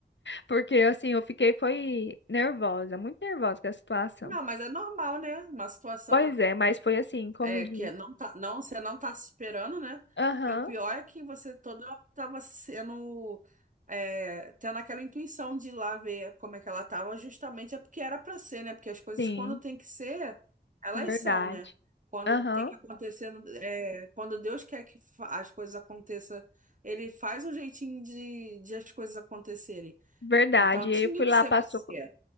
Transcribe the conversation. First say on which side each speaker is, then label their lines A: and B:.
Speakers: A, on the left; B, on the right.
A: Porque assim, eu fiquei, foi nervosa, muito nervosa com a situação.
B: Não, mas é normal, né? Uma situação
A: Pois é, mas foi assim, como
B: É
A: diz.
B: que não tá, não, você não tá se esperando, né?
A: Aham,
B: E o pior é que você toda hora tava sendo, é, tendo aquela intuição de ir lá ver como é que ela tava, justamente é porque era pra ser, né? Porque as coisas
A: sim,
B: quando tem que ser, elas
A: verdade.
B: são, né? Quando
A: Aham,
B: tem que acontecer, é, quando Deus quer que fa- as coisas aconteçam, ele faz um jeitinho de, de as coisas acontecerem.
A: verdade.
B: Então tinha
A: E aí eu fui
B: que
A: lá,
B: ser
A: passou.
B: você.
A: co-